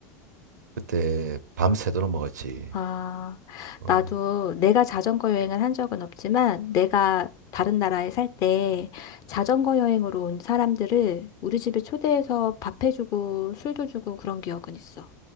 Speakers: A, on the right; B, on the left.
A: 그때 밤새도록 먹었지.
B: 아,
A: 어.
B: 나도 내가 자전거 여행을 한 적은 없지만, 내가 다른 나라에 살 때 자전거 여행으로 온 사람들을 우리 집에 초대해서 밥해주고 술도 주고 그런 기억은 있어.